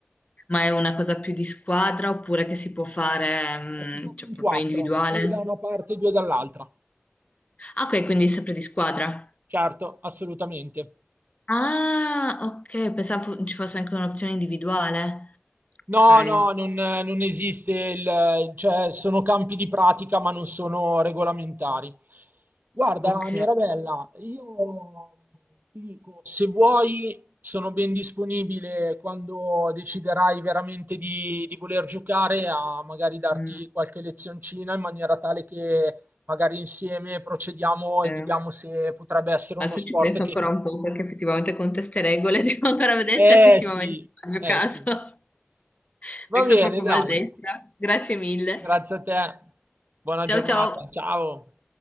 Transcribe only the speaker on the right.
Ma si gioca
in
quattro,
due da una parte e due dall'altra.
Certo, assolutamente.
No,
no, non, non esiste il, cioè sono campi di pratica ma non sono regolamentari. Guarda,
Mirabella, io ti dico, se vuoi sono ben disponibile quando deciderai veramente di, di voler giocare a magari darti
qualche lezioncina in maniera tale che magari insieme procediamo
e vediamo se potrebbe essere
uno sport
che
ti...
Eh
sì,
eh
sì.
Va
bene,
dai.
Grazie a te, buona giornata,
ciao.